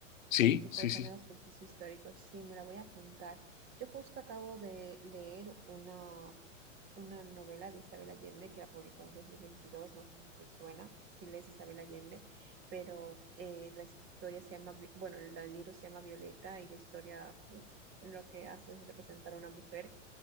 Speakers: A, on the left (about 80°); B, on the right (about 30°).
A: Sí,
B: el tipo
A: sí,
B: de géneros
A: sí.
B: ficticio históricos. Sí, me la voy a apuntar. Yo justo acabo de leer una, una novela de Isabel Allende que la publicó en 2022, no sé si te suena, si lees Isabel Allende, pero eh, la historia se llama, Vi- bueno, la- el libro se llama Violeta y la historia mm, lo que hace es representar a una mujer